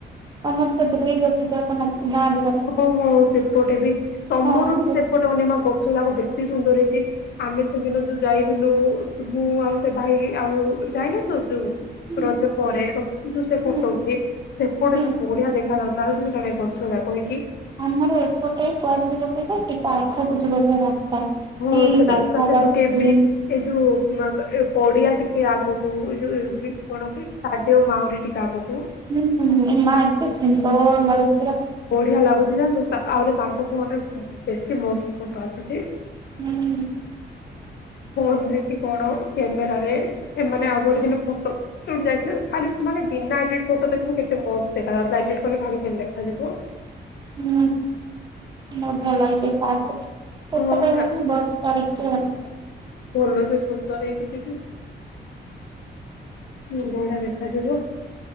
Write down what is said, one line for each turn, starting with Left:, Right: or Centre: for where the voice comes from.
Right: ତମର ସେ ବ୍ରିଜ୍ ଅଛି ଯୋଉ ତମ ଗାଁ ଦିଗ
Left: ଓହୋ ସେପଟେ ବି ତମର
Right: ହଁ ସେ
Left: ସେପଟେ ହନିମା ଗଛ ଯାକ ବେଶି ସୁନ୍ଦର ହେଇଛି। ଆମେ ସେଦିନ ଯୋଉ ଯାଇଥିଲୁ ତୁ ମୁଁ ଆଉ ସେ ଭାଇ ଆଉ ଯାଇନୁ ଥିଲୁ ଯୋଉ
Right: ହୁଁ
Left: ରଜ ପରେ ଯୋଉ ସେ
Right: ହୁଁ
Left: ଫଟୋ ଉଠେଇ ସେପଟେ
Right: ହୁଁ
Left: ବି ବଢିଆ ଦେଖା ଯାଉ <unintelligible> ଗଛ ଯାକ ହେଇକି।
Right: ଆମର ଏପଟେ କୁଆଡେ ଯିବ କି ଯେ ଟିକେ ଆଗକୁ ଯିବାକୁ ରାସ୍ତା।
Left: ଓହୋ
Right: କି
Left: ସେ
Right: ଦେଖା
Left: ରାସ୍ତା ସେ
Right: ଯାଉଛି
Left: ଯୋଉ କେବି
Right: ଗ୍ରୀନ୍
Left: ଏ ଯୋଉ ଏ ପଡିଆ ଟିକେ ଆଗକୁ ଏ ଯୋଉ ଏବେ କଣ କି? ଷ୍ଟାଡିୟମ୍ ଆଉରି ଟିିକେ ଆାଗକୁ
Right: ହେ ମା ଏତେ ସୁନ୍ଦର ଲାଗୁଚିପରା।
Left: ବଢିଆ ଲାଗୁଛି ଜାଣିଚୁ ଆହୁରି ତାଙ୍କ ଫୋନରେ ବେଶୀ ମସ୍ତ ଫଟୋ ଆସୁଛି।
Right: ହୁଁ।
Left: ଫୋନ୍ ରେ କି କଣ କ୍ୟାମେରାରେ ଏ ମାନେ ଆଉ ଗୋଟେ ଦିନି ଫଟୋ ସିଆ ଡେଯାଇଥିଲୁ ଖାଲି ମାନେ ବିନା ଏଡିଟ୍ ଫଟୋ ଦେଖୁନୁ କେତେ ମସ୍ତ ଦେଖା ଯାଉଥିଲା ଏଡିଟ୍ କଲେ ଭାବେ କେମି ଦେଖାଯିବ।
Right: ହୁଁ ହୁଁ ମଜା ଲାଗୁଛି ପ୍ରାର୍କରେ ସେତ
Left: ହଁ
Right: ବେଳେ
Left: ପୁରା
Right: ମଧ୍ୟ ବର୍ଷା ପରୀକ୍ଷ ଜୁନ୍
Left: ଭଲ ସେ ସୁନ୍ଦର ହେଇକି ଯିବି ମୁଣ୍ଡ ଟା ଦେଖାଯିବ।